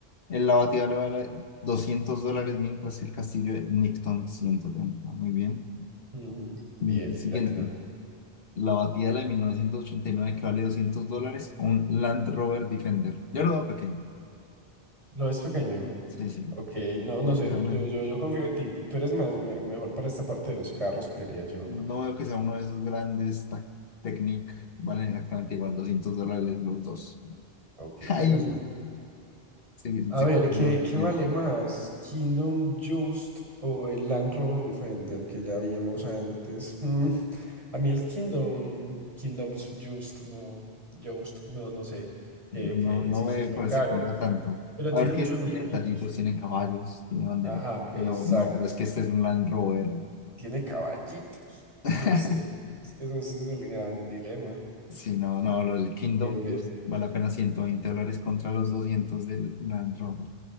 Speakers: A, on the left (about 65°); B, on the right (about 30°).
A: el la batida le vale 200 dólares, mientras el castillo de Nixon ciento treinta, Muy bien.
B: Ujú. Bien,
A: Mm, Siguiente,
B: latino.
A: la batidora de 1989 que vale 200 dólares, un Land Rover Defender. Yo lo veo pequeño.
B: Lo es pequeño.
A: Sí, sí.
B: Ok, no,
A: No
B: no
A: veo
B: sé,
A: que sea una-
B: yo, yo, yo confío en ti. Tú eres más, me- mejor para esta parte de los carros, creería yo,
A: no
B: hombre.
A: veo que sea uno de esos grandes ta- Technic. Valen exactamente igual, 200 dólares los dos.
B: Ok,
A: <laughs> Ay,
B: menos mal.
A: sí, sí,
B: A
A: sí.
B: ver, ¿qué, qué
A: sí.
B: vale más? ¿Kingdom Just o el Land Rover Defender que ya vimos antes? <laughs> Mm, a mí el Kingdom, Kingdoms Just, no, Just, no, no sé, que,
A: No, no,
B: que
A: no
B: sí,
A: me
B: sí es muy
A: parece
B: caro,
A: que venga tanto.
B: pero
A: A
B: tiene
A: ver, ¿quién
B: muchos muñequitos.
A: tiene detallitos? Tiene caballos, tiene banderín.
B: Ajá, exacto.
A: Pero no, pero es que este es un Land Rover.
B: Tiene caballitos.
A: <laughs>
B: No sé. Es que eso, ese es el gran dilema.
A: Si no, no, lo del Kingdom
B: Bien, bien.
A: Blues vale apenas 120 dólares contra
B: Just-
A: los 200 del Land Rover.